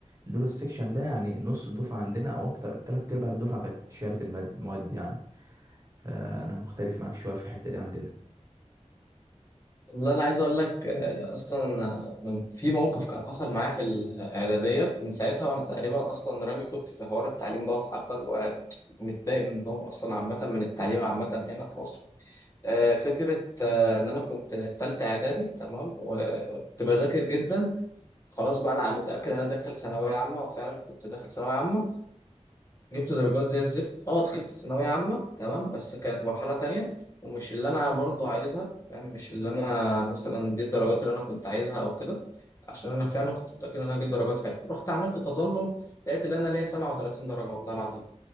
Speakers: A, on the right; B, on the left.
A: دول السكشن ده يعني نص الدفعه عندنا او اكتر تلات ارباع الدفعه كانت شالت الماد- المواد يعني فانا مختلف معاك شويه في الحته دي عندنا
B: والله انا عايز اقول لك آه، اصلا أنا من- في موقف كان حصل معايا في الاعداديه من ساعتها وانا تقريبا اصلا رامي توت في حوار التعليم دوت حتى اللي هو يعني متضايق منهم اصلا عامه من التعليم عامه هنا في مصر آه، فكره آه، ان انا كنت في ثالثه اعدادي تمام وكنت بذاكر جدا خلاص بقى انا متاكد ان انا داخل ثانويه عامه وفعلا كنت داخل ثانويه عامه جبت درجات زي الزفت اه دخلت ثانوية عامة تمام بس كانت مرحلة تانية ومش اللي أنا برضو عايزها فاهم مش اللي أنا مثلا دي الدرجات اللي أنا كنت عايزها أو كده عشان أنا فعلا كنت متأكد إن أنا هجيب درجات حلوة رحت عملت تظلم لقيت إن أنا ليا 37 درجة والله العظيم